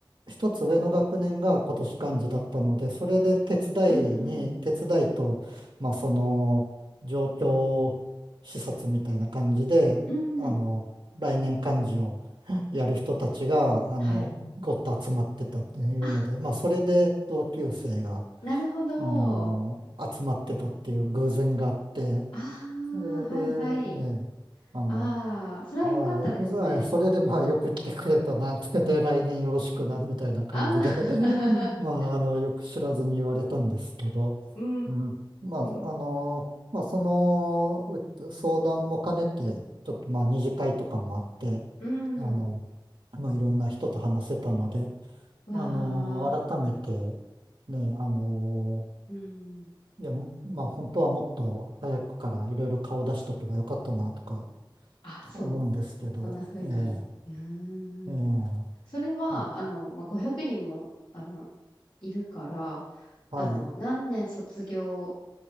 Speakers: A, on the right; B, on the left.
A: 一つ上の学年が今年幹事だったので、それで手伝いに、
B: うん、うん。
A: 手伝いと、まあ、その、状況視察みたいな感じで、
B: うん。
A: あの、来年幹事をやる人たちが、あの、
B: はい。
A: ごっと集まってたっていうので、
B: あ、
A: まあ、それで同級生が、
B: なるほど。
A: あの、集まってたっていう偶然があって、
B: あ
A: それで、
B: あ、はいはい。
A: ええ、あの、
B: ああ、それは良かったですね。
A: ああ、ふざそれでまあよく来てくれたな、つけて来年よろしくな、みたいな感じで
B: ああ、
A: <laughs>
B: <laughs>
A: まあ、あの、よく知らずに言われたんですけど、
B: うん
A: うん。まあ、
B: うんう
A: あの、まあ、そのう相談も兼ねて、ちょっとまあ、二次会とかもあって、
B: ん。う
A: あの、
B: ん。
A: まあ、いろんな人と話せたので、
B: わあ、
A: あの、改めて、ね、あの、
B: うん。
A: いや、まあ、本当はもっと早くからいろいろ顔出しとけばよかったな、とか
B: あ、そう。
A: 思うんですけど、
B: そんな風に。
A: ええ
B: うーん。
A: ええうん
B: それは、
A: うん
B: あの、まあ、500人も、あの、いるから、
A: はい。
B: あの、何年卒業